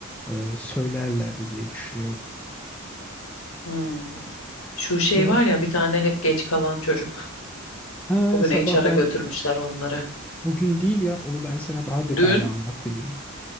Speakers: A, in the centre; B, on the left.
A: e, söylerlerdi diye düşünüyorum.
B: Hmm. Şu şey
A: Ne oldu?
B: var ya bir tane hep geç kalan çocuk.
A: Ha,
B: O gün
A: sabah
B: HR'a
A: ben
B: götürmüşler onları.
A: bugün değil ya onu ben sana daha detaylı
B: Dün,
A: anlatayım.